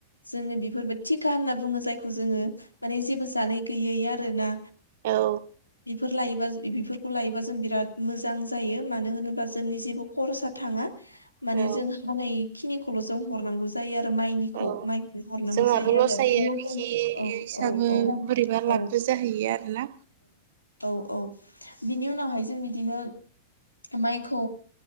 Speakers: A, on the left; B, on the right.
A: जोङो बि फोरबो टिका होनना बुङो जायखौ जोङो माने जेबो जानाय गैयै आरोना।
B: औ
A: फोर लायोबा बेफोरखौ लायोबा जों बिराद मोजां जायो मानो होनोबा जोंनि जेबो खरसा थाङा। माने
B: औ औ
A: जों इखिनिखौल' जों हरनांगौ जायो आर मायनिखौ
B: औ
A: माय <unintelligible> खौ हरनांगौ
B: जोंहाबो
A: जायो
B: लस
A: आरो
B: बिखि
A: औ
B: इसाबो
A: औ औ
B: बोरैबा लाबबो
A: औ।
B: जाहैयो आरोना
A: औ औ औ बिनि उनावहाय जों बिदिनो मायखौ